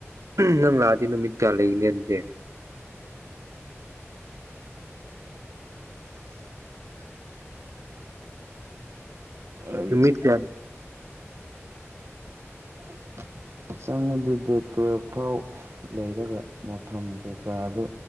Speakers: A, on the right (about 80°); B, on the right (about 60°).
A: ꯅꯪ ꯂꯥꯛꯑꯗꯤ ꯅꯨꯃꯤꯠ ꯀꯌꯥ ꯂꯩꯒꯅꯤ ꯑꯗꯨꯗꯤ
B: <inaudible> ꯑꯩ
A: ꯅꯨꯃꯤꯠ ꯀꯌꯥ
B: <inaudible> ꯆꯪꯉꯗꯤ ꯗꯦꯠ ꯇꯨꯋꯦꯜꯐ ꯐꯥꯎ ꯂꯩꯔꯒ ꯃꯐꯝ ꯀꯩꯀꯥꯗꯨ